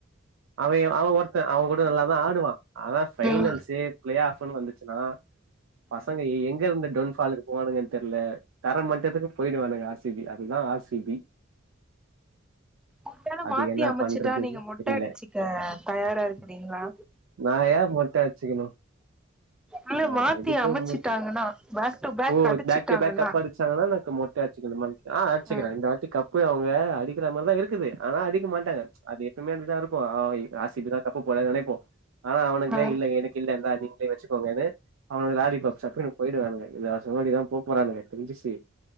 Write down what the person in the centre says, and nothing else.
ம்
ஒரு வேல
மாத்தி
அமைச்சுட்டா
நீங்க மொட்ட
அடிச்சிக்க தயாரா இருக்குறீங்களா
இல்ல
மாத்தி
அமைச்சிட்டாங்கன்னா
பேக் டு
அடிச்சுட்டாங்கன்னா
ம்
ம்